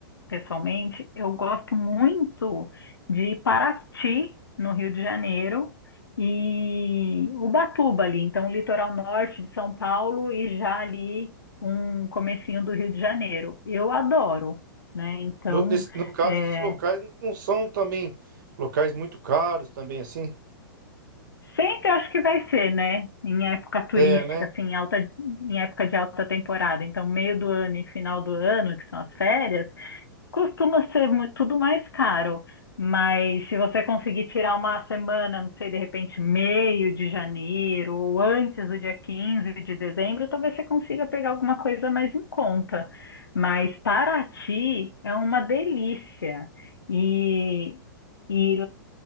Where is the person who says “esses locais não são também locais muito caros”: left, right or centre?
Right